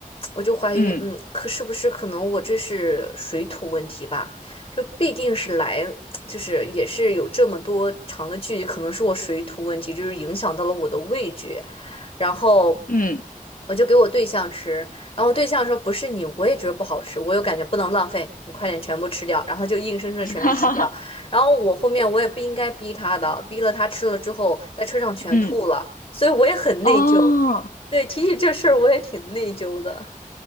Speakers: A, on the left; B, on the left.
A: 我就怀疑，
B: 嗯
A: 嗯，可是不是可能我这是水土问题吧？就必定是来，就是也是有这么多长的距离，可能是我水土问题，就是影响到了我的味觉。然后
B: 嗯，
A: 我就给我对象吃，然后我对象说不是你，我也觉得不好吃，我又感觉不能浪费，你快点全部吃掉，然后他就硬生生的全是吃掉，
B: <laughs> 哈哈哈，
A: 然后我后面我也不应该逼他的，逼了他吃了之后在车上全吐了，
B: 嗯
A: 所以我也很内疚，
B: 哦，
A: 对，提起这事儿我也挺内疚的。